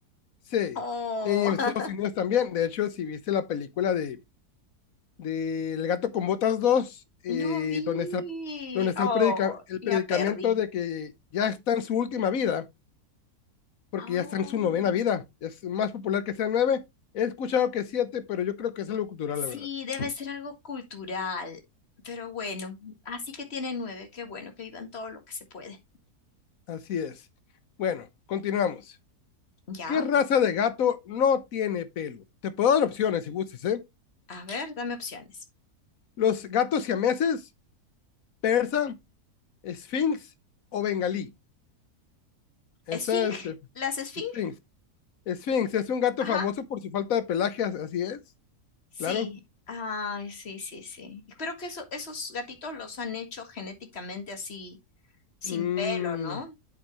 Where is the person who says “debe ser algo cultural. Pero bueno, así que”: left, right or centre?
Left